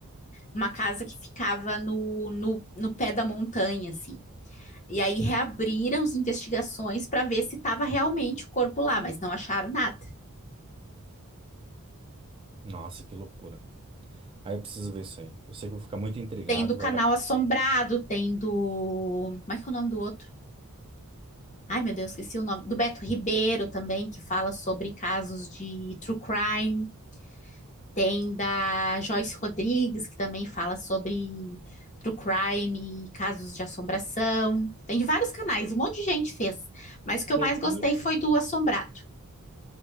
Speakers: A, on the left; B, on the right.
A: Uma casa que ficava no, no, no pé da montanha, assim. E aí reabriram as investigações para ver se estava realmente o corpo lá, mas não acharam nada.
B: Nossa, que loucura. Aí eu preciso ver isso aí. Eu sei que eu vou ficar muito intrigado.
A: Tem do Canal
B: Vai, vai.
A: Assombrado, tem do. Como é que é o nome do outro? Ai, meu Deus, esqueci o nome. Do Beto Ribeiro também, que fala sobre casos de true crime. Tem da Joyce Rodrigues, que também fala sobre true crime, casos de assombração. Tem de vários canais, um monte de gente fez. Mas o que
B: Isso
A: eu mais
B: aí é tudo
A: gostei
B: no YouTube.
A: foi do Assombrado,